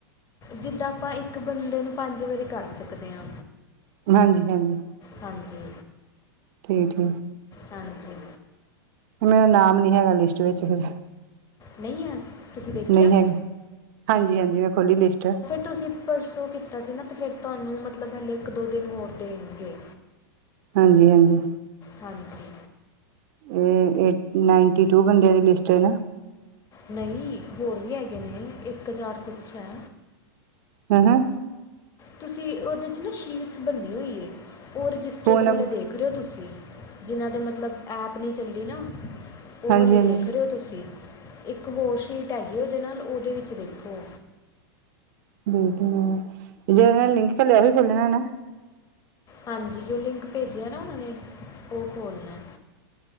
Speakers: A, on the left (about 30°); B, on the right (about 55°).
A: ਜਿੱਦਾਂ, ਆਪਾਂ ਇੱਕ ਬੰਦੇ ਨੂੰ, ਪੰਜ ਵਾਰੀ ਕਰ ਸਕਦੇ ਆਂ।
B: ਹਾਂਜੀ-ਹਾਂਜੀ।
A: ਹਾਂਜੀ।
B: ਠੀਕ-ਠੀਕ।
A: ਹਾਂਜੀ।
B: ਮੇਰਾ ਨਾਮ ਨੀ ਹੈਗਾ, ਲਿਸਟ ਵਿੱਚ ਫੇਰ
A: ਨਹੀਂ ਹੈ ਤੁਸੀਂ ਦੇਖਿਆ
B: ਨਹੀਂ ਹੈਗਾ, ਹਾਂਜੀ-ਹਾਂਜੀ, ਮੈਂ ਖੋਲੀ ਲਿਸਟ
A: ਤੁਸੀ ਪਰਸੋ ਕੀਤਾ ਸੀ ਨਾ, ਤੇ ਫੇਰ ਤੁਹਨੂੰ ਮਤਲਬ, ਹਲੇੇ ਇੱਕ-ਦੋ ਦਿਨ ਹੋਰ ਦੇਣਗੇ।
B: ਹਾਂਜੀ- ਹਾਂਜੀ।
A: ਹਾਂਜੀ।
B: ਏ ਏਟ, ਨਾਈਂਟੀ ਟੂ ਬੰਦਿਆਂ ਦੀ ਲਿਸਟ ਏ, ਨਾ?
A: ਨਹੀਂ, ਹੋਰ ਵੀ ਹੈਗੇ ਨੇ, ਇੱਕ ਹਜ਼ਾਰ ਕੁਛ ਹੈ।
B: ਹੂੰ-ਹੂੰ
A: ਤੁਸੀ ਓਦੇ ਚ ਨਾ, ਸ਼ੀਟਸ ਬਨੀ ਹੋਈ ਏ, ਓ ਰਜਿਸਟਰਡ
B: ਫੋਨ ਨੰ
A: ਵਾਲੇ ਦੇਖ ਰਹੇ ਹੋ ਤੁਸੀ। ਜਿਨਾਂ ਦੇ ਮਤਲਬ, ਐਪ ਨੀ ਚੱਲੀ ਨਾ, ਓ
B: ਹਾਂਜੀ
A: ਵਾਲੇ
B: ਹਾਂਜੀ
A: ਦੇਖ ਰਹੇ ਹੋ। ਤੁਸੀ, ਇੱਕ ਹੋਰ ਸ਼ੀਟ ਹੈਗੀ ਏ, ਉਹਦੇ ਨਾਲ, ਓਹਦੇ ਵਿੱਚ ਦੇਖੋ
B: <inaudible>
A: ਹਾਂਜੀ, ਜੋ ਲਿੰਕ ਭੇਜਿਆ ਨਾ ਉਹਨਾਂ ਨੇ, ਉਹ ਖੋਲਨੈ।